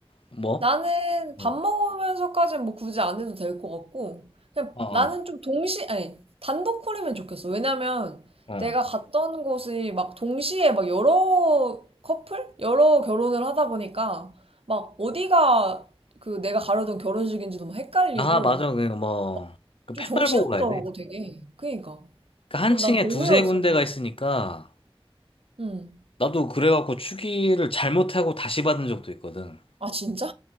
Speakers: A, on the left; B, on the right.
A: 뭐?
B: 나는
A: 어,
B: 밥 먹으면서까지는 뭐 굳이 안 해도 될 것 같고, 그냥
A: 어, 어.
B: 나는 좀 동시, 아니, 단독 콜이면 좋겠어. 왜냐면
A: 어.
B: 내가 음, 갔던 곳이 막 동시에 막 여러 커플? 여러 결혼을 하다 보니까 막 어디가 그 내가 가려던 결혼식인지도 막 헷갈리고,
A: 아, 맞아. 그 뭐,
B: 막
A: 그
B: 좀
A: 팻말
B: 정신없더라고,
A: 보고 가야 돼.
B: 되게. 그니까.
A: 그러니까
B: 그리고
A: 한 층에
B: 난 별로였어서.
A: 두세 군데가 있으니까,
B: 응.
A: 나도 그래갖고 추기를 잘못하고 다시 받은 적도 있거든.
B: 아, 진짜?